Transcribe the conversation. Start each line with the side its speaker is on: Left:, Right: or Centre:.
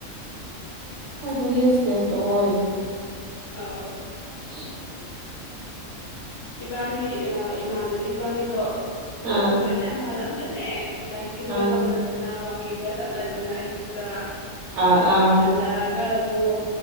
Right: ꯑꯗꯨꯒꯤ ꯏꯁꯇꯦꯖꯇꯣ ꯑꯣꯏꯔꯦ
Left: ꯑ
Right: ꯎꯝ
Left: ꯏꯕꯥꯅꯤ ꯏꯃꯥꯟꯅꯕꯤ ꯏꯕꯥꯅꯤꯗꯣ ꯃꯑꯣꯡꯒꯗꯤ
Right: ꯑꯪ
Left: ꯌꯥꯝ ꯃꯥꯜꯂꯝꯕꯅꯦ ꯗꯥꯏ ꯇꯤꯡꯒ
Right: ꯑꯪ
Left: ꯇꯧꯔꯗꯅ ꯋꯥꯛꯀꯤꯡꯒ ꯆꯠꯂꯗꯅ ꯑꯌꯨꯛꯇ
Right: ꯑꯥ ꯑꯥ
Left: ꯍꯜꯂꯛ ꯒ ꯑꯃꯨꯛ